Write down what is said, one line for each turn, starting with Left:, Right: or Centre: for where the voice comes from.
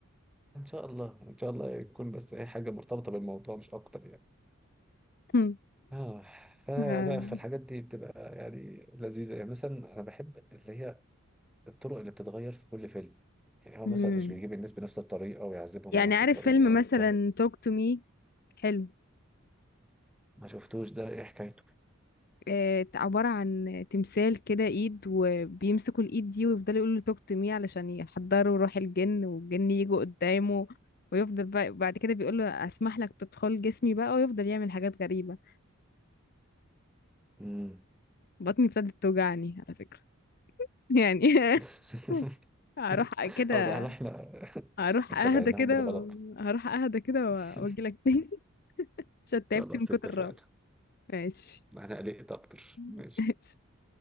Centre: ان شاء الله ان شاء الله يكون بس اي حاجه مرتبطه بالموضوع مش اكتر يعني
Left: <laughs> مم.
Centre: اه فبقى
Left: آه.
Centre: في الحاجات دي بتبقى يعني لذيذة يعني مثلا أنا بحب اللي هي الطرق اللي بتتغير في كل فيلم يعني هو
Left: مم.
Centre: مثلا مش بيجيب الناس بنفس الطريقة ويعذبهم
Left: يعني
Centre: بنفس
Left: عارف
Centre: الطريقة
Left: فيلم
Centre: والكلام
Left: مثلا
Centre: ده.
Left: Talk to Me حلو
Centre: ما شفتوش ده إيه حكايته؟
Left: آه، عبارة عن تمثال كده ايد وبيمسكوا الايد دي ويفضلوا يقولوا له talk to me علشان يحضروا روح الجن والجن يجوا قدامه ويفضل بقى بعد كده بيقول له اسمح لك تدخل جسمي بقى ويفضل يعمل حاجات غريبة
Centre: مم.
Left: بطني ابتدت توجعني على فكرة <laughs> يعني
Centre: <laughs>
Left: <laughs> هروح كده
Centre: اه ده هل إحنا <laughs>
Left: هروح
Centre: استدعيناهم
Left: اهدى كده
Centre: بالغلط؟
Left: و- هروح اهدى كده
Centre: <laughs>
Left: واجي لك تاني <laughs> عشان تعبت
Centre: خلاص
Left: من كتر
Centre: اتفقنا
Left: الرعب ماشي
Centre: أنا قلقت أكتر ماشي
Left: <laughs>